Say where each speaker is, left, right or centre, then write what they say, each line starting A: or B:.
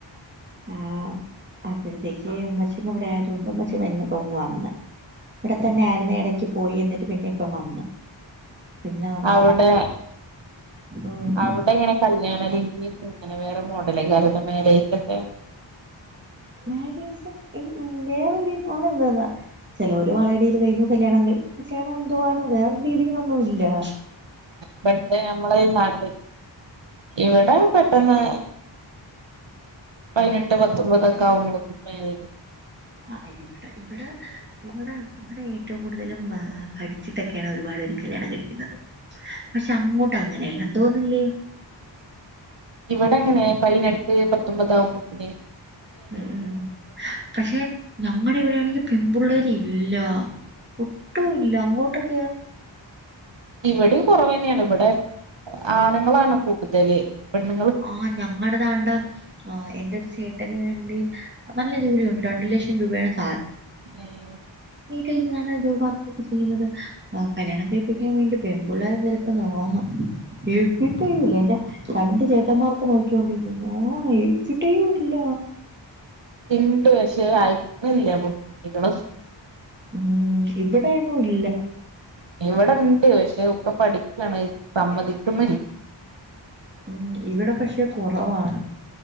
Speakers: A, on the right; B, on the right.
A: ആ അപ്പഴത്തേക്ക് ഉമ്മച്ചീമ്മ ഇവിടെ ആയതൊണ്ട് ഉമ്മച്ചീമ്മ ഇന്നിപ്പോ ഇന്ന് വന്ന് ഇവിടെത്തന്നൊയിരുന്നു ഇടക്ക് പോയി എന്നിട്ട് പിന്നെ ഇപ്പ വന്ന് പിന്നെ നമ്മള്
B: അവിടെ
A: ഉം
B: അവിടെ എങ്ങനെ കല്യാണ രീതിയക്കെ? പിന്നെ വേറെ മോഡലാ <unintelligible> മേര്യേജൊക്കെ?
A: മേര്യേജ് ഇൽ വേറെ രീതി അങ്ങനൊന്നുല്ല ചെലോര് വളയിടീല് കഴിഞ്ഞു കല്യാണം കഴിക്കു കല്യാണം എന്തുവാണ് വേറെ രീതീലൊന്നു ഇല്ലാ
B: പെട്ടേ നമ്മള ഈ നാട്ടിൽ ഇവിടെ പെട്ടെന്ന് പതിനെട്ട് പത്തൊമ്പതൊക്കെ ആവുമ്പോക്കും മാര്യേ
A: ആ ഇവിടെ ഇവിടെ ഇവിടെ ഇവിടെ ഏറ്റവും കൂടുതലും ബ ആഹ് പഠി <inaudible> ച്ചിട്ടൊക്കെയാണ് ഒരുപാട് പേരും കല്യാണം കഴിക്കുന്നത് പക്ഷെ അങ്ങോട്ട് അങ്ങനെയല്ലന്ന് തോന്നില്ലേ
B: ഇവിടെ എങ്ങനെ പതിനെട്ട് പത്തൊമ്പതാവ്ത്തിന്
A: ഉം ഉം. പക്ഷെ ഞമ്മടെ ഇവിടെയാണെങ്കി പെമ്പുള്ളേരിൽ ഇല്ലാ ഒട്ടും ഇല്ല. അങ്ങോട്ട് <inaudible>
B: ഇവിടെയും കുറവന്നെയാണ്. ഇവിടെ ആണ്ങ്ങളാണ് കൂടുതല്. പെണ്ണുങ്ങള്
A: ആഹ് ഞങ്ങടതാണ്ടെ, ആഹ് എന്റെ ഒരു ചേട്ട്- ട്ടന് വേണ്ടി, നല്ല ജോലിയുണ്ട്. രണ്ടു ലക്ഷം രൂപയാണ് സ്
B: ഏഹ്
A: വീട്ടിലിര്ന്നാണ് വ് വർക്കൊക്കെ ചെയ്യ്ന്നത് ഈഹ് കല്യാണം കഴിപ്പിക്കാൻ വേണ്ടി പെമ്പിള്ളേരെ തെരക്ക്ന്ന് ഓങ്ങ്. എവിടെയുല്ല എന്റെ രണ്ട് ചേട്ടന്മാർക്ക് നോക്കിക്കൊണ്ടിരിക്കുന്നു. ഓ ഹെഴിച്ചിട്ടേ ഇല്ല
B: ഇണ്ട് പക്ഷേ, അയക്കുന്നില്ല പെൺകുട്ടികളെയൊന്നും
A: ഊം ഇവിടെയൊന്നു ഇല്ല
B: ഇവിടെണ്ട് പക്ഷെ ഒക്കെ പഠിക്കയാണ് സമ്മതിക്കുന്നില്ല
A: ഉം ഇവിടെ പക്ഷെ കുറവാണ്